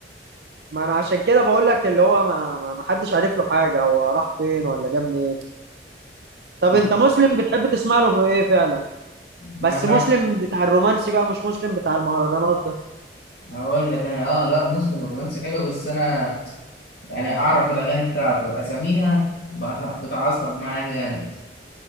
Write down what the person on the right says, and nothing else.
ما انا عشان كده بقول لك اللي هو ما ما ما حدش عارف له حاجه هو راح فين ولا جه منين طب
انت مسلم بتحب تسمع له في ايه فعلا
بس
مسلم بتاع الرومانسي بقى مش مسلم بتاع المهرجانات ده